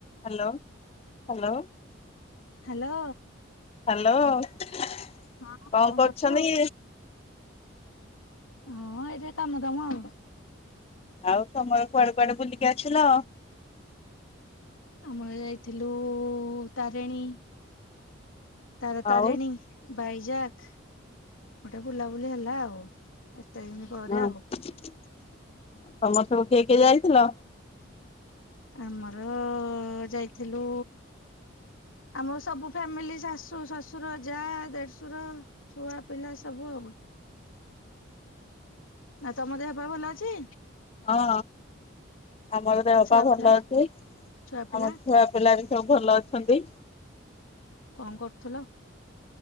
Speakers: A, on the left (about 30°); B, on the left (about 85°).
A: Hello hello.
B: Hello.
A: Hello କଣ
B: ହଁ କଣ
A: କରୁଛନ୍ତି?
B: କରୁଛୁ? ହଁ ଏଇ ତ କାମ ଦାମ ଆଉ।
A: ଆଉ ସମୟ କୁଆଡ଼େ କୁଆଡ଼େ ବୁଲିକି ଆସିଲ?
B: ଆମର ଯାଇଥିଲୁ ତାରିଣୀ। ତାର ତାରିଣୀ
A: ଆଉ
B: ବାଇଜାକ ଗୋଟେ ବୁଲାବୁଲି ହେଲା ଆଉ। ଏତେଦିନ ପରେ
A: ହଁ
B: ଆଉ
A: ତମର ସବୁ କିଏ କିଏ ଯାଇଥିଲ?
B: ଆମର ଯାଇଥିଲୁ ଆମ ସବୁ ଫ୍ୟାମିଲି ଶାଶୁ ଶ୍ୱଶୁର ଯା ଦେଢ଼ଶୁର ଛୁଆ ପିଲା ସବୁ ଆଉ ଆଉ ତମ ଦେହ ପା ଭଲ ଅଛି?
A: ହଁ ଆମର ଦେହ
B: ଛୁଆ
A: ପା ଭଲ
B: ପିଲା
A: ଅଛି। ଆମ
B: ଛୁଆ ପିଲା
A: ଛୁଆ ପିଲା ସବୁ ଭଲ ଅଛନ୍ତି।
B: କଣ କରୁଥିଲ?